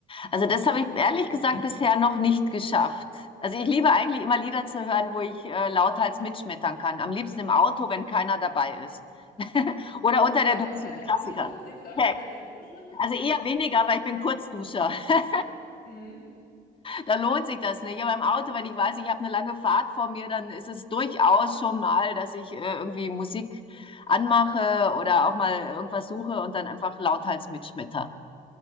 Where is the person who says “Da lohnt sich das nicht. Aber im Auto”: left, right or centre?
Left